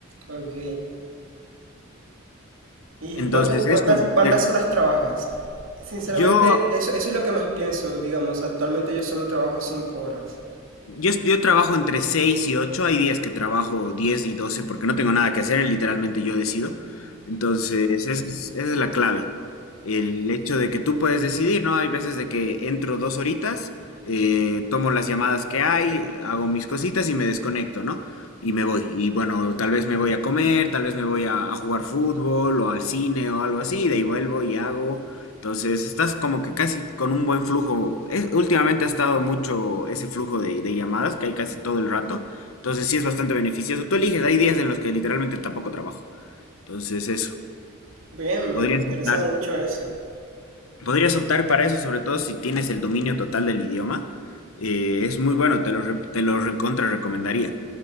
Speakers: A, on the right (about 75°); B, on the left (about 85°).
A: Ok. ¿Y
B: Entonces,
A: cuántas, cuántas,
B: eso,
A: cuántas
B: eh,
A: horas trabajas? Sinceramente,
B: yo
A: eso, eso es lo que más pienso, digamos. Actualmente yo solo trabajo cinco horas.
B: Yo, es- yo trabajo entre 6 y 8 hay días que trabajo 10 y 12 porque no tengo nada que hacer, literalmente yo decido. Entonces, esa es, esa es la clave. El hecho de que tú puedes decidir, ¿no? Hay veces de que entro dos horitas, eh, tomo las llamadas que hay, hago mis cositas y me desconecto, ¿no? Y me voy. Y bueno, tal vez me voy a comer, tal vez me voy a, a jugar fútbol o al cine o algo así, y de ahí vuelvo y hago. Entonces, estás como que casi con un buen flujo. Es- últimamente ha estado mucho ese flujo de, de llamadas que hay casi todo el rato. Entonces, sí es bastante beneficioso. Tú eliges, hay días en los que literalmente tampoco trabajo. Entonces, eso.
A: Bien,
B: Podrías
A: me, me interesa
B: optar.
A: mucho eso.
B: Podrías optar para eso, sobre todo si tienes el dominio total del idioma. Eh, es muy bueno, te lo, re- te lo recontra recomendaría.